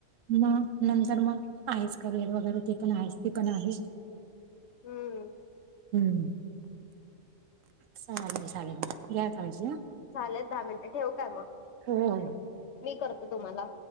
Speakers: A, on the right; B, on the left.
A: म नंतर मग आहेच करियर वगैरे ते पण आहेच ती पण आहे.
B: हूं!
A: हूं! चालेल, चालेल म घ्या काळजी हा.
B: झालेत दहा मिनटं, ठेवू काय म
A: हो हो.
B: मी करतो तुम्हाला.